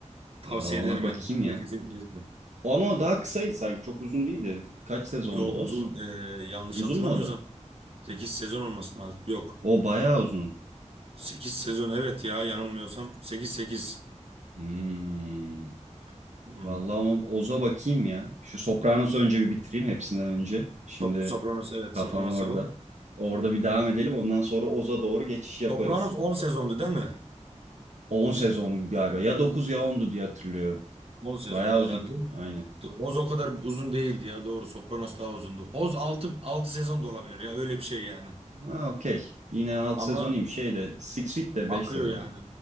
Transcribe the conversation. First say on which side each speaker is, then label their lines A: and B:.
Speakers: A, on the right (about 50°); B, on the right (about 70°).
A: Tavsiye
B: Aa, ona
A: ederim
B: bakayım
A: yani. Sen
B: ya.
A: de Kesinlikle izle.
B: Ama o daha kısaydı sanki. Çok uzun değildi. Kaç sezondu
A: Yo
B: Oz?
A: uzun. e, yanlış
B: Uzun
A: hatırlamıyorsam
B: mu o da?
A: 8 sezon olması lazım. Yok.
B: O bayağı uzun.
A: sekiz sezon evet ya yanılmıyorsam. sekiz sekiz.
B: Hmm.
A: Hmm.
B: Vallahi ama Oz'a bakayım ya. Şu Sopranos'u önce bir bitireyim hepsinden önce. Şimdi
A: Sop- Sopranos evet
B: kafam
A: Sopranos'a
B: orada.
A: bak.
B: Orada bir devam edelim. Ondan sonra Oz'a doğru geçiş yaparız.
A: Sopranos on sezondu değil mi?
B: 10 sezon galiba. Ya 9 ya ondu diye hatırlıyorum.
A: On sezonda
B: Bayağı uzun.
A: herhalde.
B: Aynen.
A: Oz o kadar uzun değildi ya doğru. Sopranos daha uzundu. Oz altı 6 sezon da olabilir ya öyle bir şey yani.
B: Ha, okey. Yine 6
A: Ama
B: sezonuyum. Şeyde Six Feet de
A: akıyor
B: 5 sezon.
A: yani.